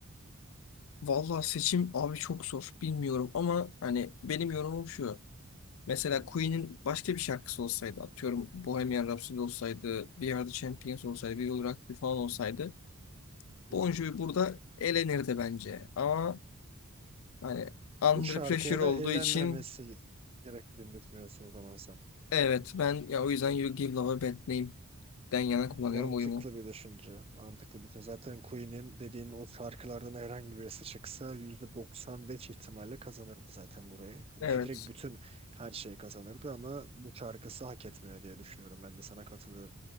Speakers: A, on the left; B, on the right.
A: Vallahi seçim abi çok zor. Bilmiyorum ama hani benim yorumum şu. Mesela
B: Hı
A: Queen'in başka bir şarkısı olsaydı atıyorum Bohemian Rhapsody olsaydı, We Are The Champions olsaydı, We Will Rock You falan olsaydı
B: hı.
A: Bon
B: hı.
A: Jovi burada elenirdi bence. Ama hani Under
B: Bu şarkıya
A: Pressure
B: da
A: olduğu
B: eğlenmemesi
A: için
B: gerektiğini düşünüyorsun o zaman sen.
A: evet ben ya o yüzden You Give Love a Bad Name'den yana kullanıyorum
B: Mantıklı
A: oyumu.
B: bir düşünce. Mantıklı bir düşünce. Zaten Queen'in dediğin o şarkılardan herhangi birisi çıksa %95 ihtimalle kazanırdı zaten burayı. Hani
A: Evet.
B: Fidrik bütün her şeyi kazanırdı ama bu şarkısı hak etmiyor diye düşünüyorum. Ben de sana katılıyorum.